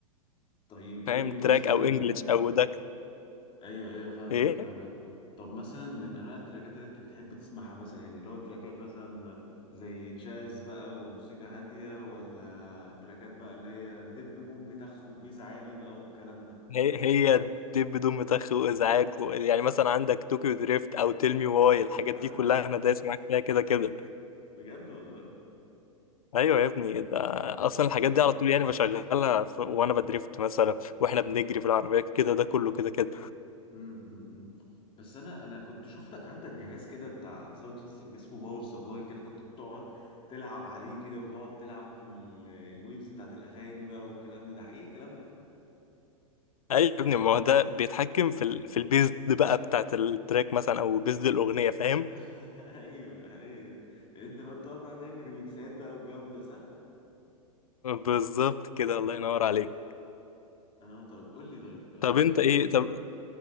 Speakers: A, on the left; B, on the left.
A: طيب قول
B: فاهم
A: لي
B: تراك
A: مثلا
B: او انجلش او ده
A: ايوه ايوه فاهمك
B: ايه
A: فاهمك طب مثلا من انواع التراكات اللي انت بتحب تسمعها مثلا يعني اللي هو تراكات مثلا زي جاز بقى وموسيقى هاديه ولا تراكات بقى اللي هي دب بوم تخ وبيز عالي بقى والكلام ده
B: هي هي دب بدون متخ وازعاج و... يعني مثلا عندك طوكيو دريفت او تيل مي واي الحاجات
A: اه
B: دي كلها انا دايس معاك فيها كده كده
A: بجد والله
B: ايوه يا ابني ده
A: طب
B: اصلا الحاجات
A: طب
B: دي على طول يعني بشغلها ف... وانا بدريفت مثلا واحنا بنجري في العربيه كده ده كله
A: امم
B: كده كده
A: امم بس انا انا كنت شفتك عندك جهاز كده بتاع ساوند سيستم اسمه باور سبلاي كده كنت بتقعد تلعب عليه كده وتقعد تلعب في ال- الويفز بتاعت الاغاني بقى والكلام ده ده حقيقي الكلام ده
B: ايوه يا ابني ما هو ده بيتحكم في ال... في البيز دي بقى بتاعت التراك مثلا او بيز دي الاغنيه فاهم
A: <laughs> ايوه ايوه انت بقى بتقعد بقى تعمل ريميكسات بقى والجو ده صح؟
B: بالظبط كده الله ينور عليك
A: اه طيب قول لي طيب انا
B: طب انت ايه طب